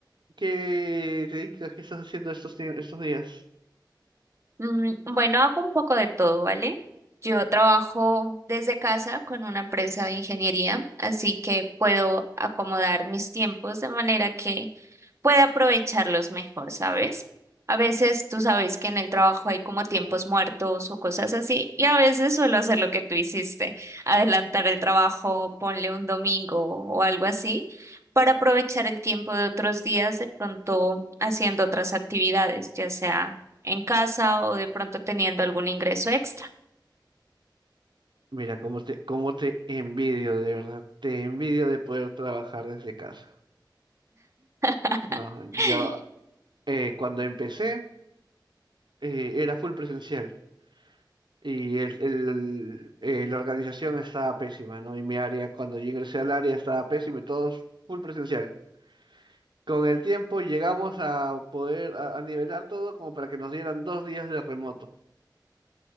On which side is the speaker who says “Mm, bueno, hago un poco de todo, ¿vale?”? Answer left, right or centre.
Right